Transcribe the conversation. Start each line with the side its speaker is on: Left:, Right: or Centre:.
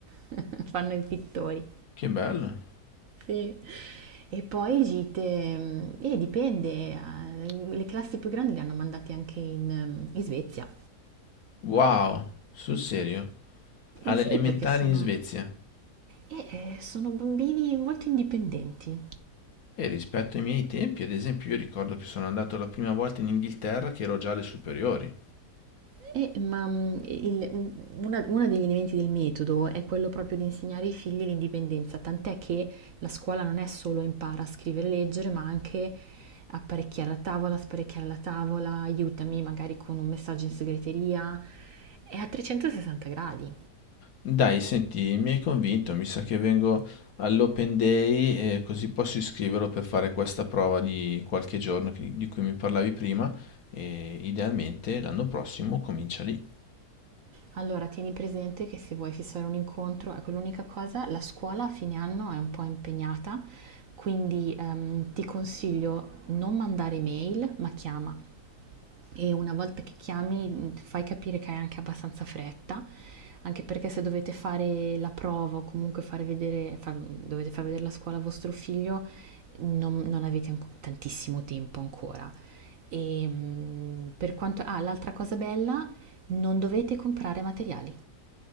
Right: <laughs> Fanno i pittori.
Left: Che bello!
Right: Sì. E poi gite, e dipende, eh, dipende, eh, le classi più grandi le hanno mandate anche in, mm, in Svezia.
Left: Wow, sul serio, alle
Right: Sì,
Left: elementari
Right: perché sono,
Left: in Svezia.
Right: eh, eh, sono bambini molto indipendenti,
Left: E rispetto ai miei tempi, ad esempio, io ricordo che sono andato la prima volta in Inghilterra che ero già alle superiori.
Right: Eh, ma mm, il- mm, una- uno degli elementi del metodo è quello proprio di insegnare ai figli l'indipendenza, tant'è che la scuola non è solo impara a scrivere e leggere, ma anche apparecchiare la tavola, sparecchiare la tavola, aiutami magari con un messaggio in segreteria, è a 360 gradi.
Left: Dai, senti, mi hai convinto, mi sa che vengo all'Open Day e così posso iscriverlo per fare questa prova di qualche giorno che- di cui mi parlavi prima e idealmente l'anno prossimo comincia lì,
Right: Allora, tieni presente che se vuoi fissare un incontro, ecco l'unica cosa, la scuola a fine anno è un po' impegnata, quindi ehm, ti consiglio non mandare mail, ma chiama. e una volta che chiami fai capire che hai anche abbastanza fretta, anche perché se dovete fare la prova o comunque fare vedere, far- dovete far vedere la scuola a vostro figlio, non, non avete anco- tantissimo tempo ancora. E, mm, per quanto, ah, l'altra cosa bella, non dovete comprare materiali.